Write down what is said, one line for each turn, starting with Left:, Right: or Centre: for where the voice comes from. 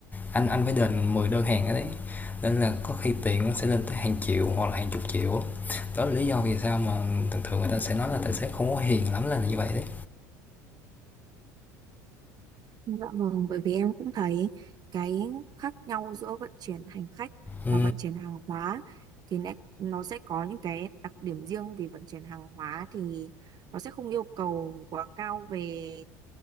Left: anh anh phải đền 10 đơn hàng ở đấy nên là có khi tiền nó sẽ lên tới hàng triệu hoặc là hàng chục triệu đó là lý do vì sao mà thường thường người ta sẽ nói là tài xế không có hiền lắm là như vậy đấy
Right: Dạ vâng, bởi vì em cũng thấy cái khác nhau giữa vận chuyển hành khách
Left: ừ
Right: và vận chuyển hàng hóa thì nó nó sẽ có những cái đặc điểm riêng vì vận chuyển hàng hóa thì nó sẽ không yêu cầu quá cao về